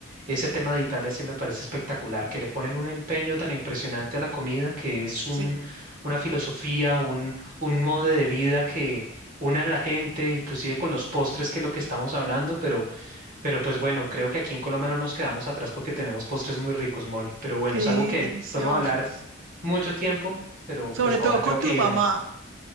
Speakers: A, on the right (about 40°); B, on the right (about 65°).
A: ese tema de Italia sí me parece espectacular, que le ponen un empeño tan impresionante a la comida que es un,
B: sí,
A: una filosofía, un, un modo de vida que une a la gente, inclusive con los postres, que es lo que estamos hablando, pero Pero pues bueno, creo que aquí en Colombia no nos quedamos atrás porque tenemos postres muy ricos, Moni. Pero bueno,
B: sí,
A: es algo que
B: deliciosos.
A: podemos hablar mucho tiempo, pero
B: Sobre
A: pues ahora
B: todo con
A: tengo
B: tu
A: que irme.
B: mamá.